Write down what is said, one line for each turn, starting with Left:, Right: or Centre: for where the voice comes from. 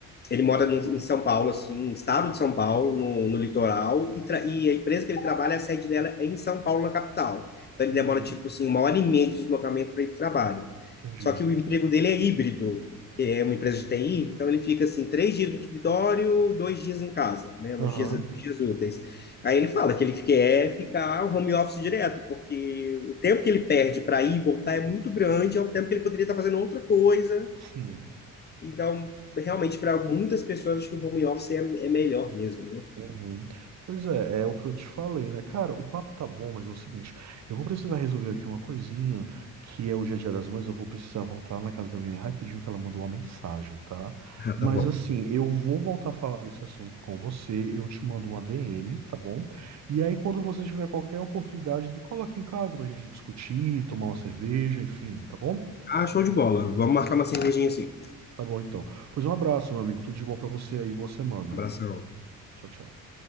Left: ele mora no, em São Paulo, assim, no estado de São Paulo, no, no litoral, e, tra, e a empresa que ele trabalha, a sede dela é em São Paulo, na capital. Então ele
Right: Uhum.
Left: demora, tipo assim, uma hora e meia de deslocamento para ir para o trabalho.
Right: Entendi.
Left: Só que o emprego dele é híbrido. Ele é uma empresa de TI, então ele fica assim, três dias no escritório, dois dias em casa, né? Nos
Right: Aham,
Left: dias, nos dias úteis. Aí ele fala que ele quer ficar home office direto, porque o tempo que ele perde para ir e voltar é muito grande, é um tempo que ele poderia estar fazendo outra coisa.
Right: Sim.
Left: Então, realmente, para muitas pessoas, acho que o home office é, é melhor mesmo, né?
Right: Uhum. Pois é, é o que eu te falei, né? Cara, o papo tá bom, mas é o seguinte, eu vou precisar resolver aqui uma coisinha, que é o Dia a Dia das Mães, eu vou precisar voltar na casa da minha mãe rapidinho que ela mandou uma mensagem, tá?
Left: Ah,
Right: Mas
Left: tá bom.
Right: assim, eu vou voltar a falar desse assunto com você, eu te mando uma DM, tá bom? E aí quando você tiver qualquer oportunidade, cola aqui em casa pra gente discutir, tomar uma cerveja, enfim, tá bom?
Left: Ah, show de bola. Vamos marcar uma cervejinha assim.
Right: Tá bom então. Pois um abraço, meu amigo, tudo de bom pra você aí, boa semana.
Left: Abração.
Right: Tchau, tchau.